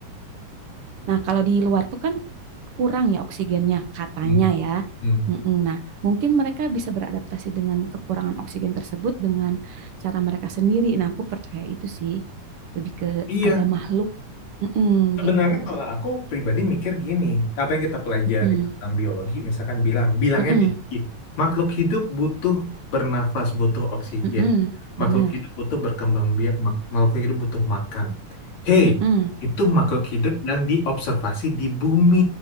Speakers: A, on the right (about 55°); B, on the left (about 60°).
A: Nah, kalau di luar tuh kan kurang ya oksigennya, katanya
B: mm,
A: ya.
B: mm.
A: Mm-mm. Nah, mungkin mereka bisa beradaptasi dengan kekurangan oksigen tersebut dengan cara mereka sendiri. Nah, aku percaya itu sih. Lebih ke
B: Iya.
A: ada makhluk, Mm-mm,
B: Sebenarnya
A: gitu.
B: kalau aku pribadi mikir gini, apa yang kita pelajari
A: Mm-mm.
B: tentang biologi, misalkan bilang, bilangnya
A: Mm-mm.
B: biologi, makhluk hidup butuh bernafas, butuh oksigen,
A: Mm-mm. Bener.
B: makhluk hidup butuh berkembang biak, mak- makhluk hidup butuh makan. hey,
A: Mm-mm.
B: itu makhluk hidup yang diobservasi di bumi.